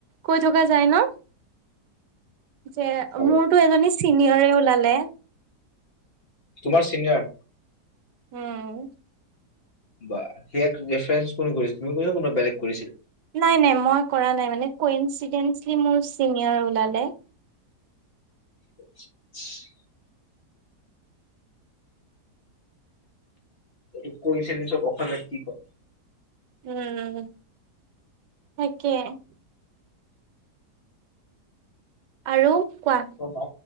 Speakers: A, on the right; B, on the left.
A: কৈ থকা যায় ন যে
B: হয়
A: মোৰতো এজনী চিনিয়ৰে ওলালে
B: তোমাৰ চিনিয়ৰ
A: উম
B: বা সোক ৰেফাৰেন্ঞ্চ কোনে কৰিছিল তুমি কৈছা কোনোবা বেলেগ কৰিছিলা
A: নাই নাই মই কৰা নাই মানে কিডেল মোৰ চিনিয়ৰ ওলালে
B: <inaudible> এই কৈ চ চব অসমে কি ক
A: উম তাকে আৰু কোৱা
B: ম